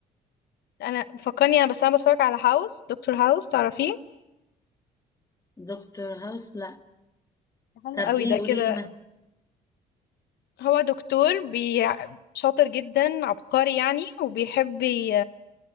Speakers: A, on the left; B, on the left.
A: انا فكرني انا بس انا بتفرج على هاوس دكتور هاوس تعرفيه
B: دكتور هاوس لا
A: حلو
B: طب
A: قوي
B: ايه
A: ده
B: قوليلي
A: كده
B: ما
A: هو دكتور بي... شاطر جدا عبقري يعني وبيحب ي-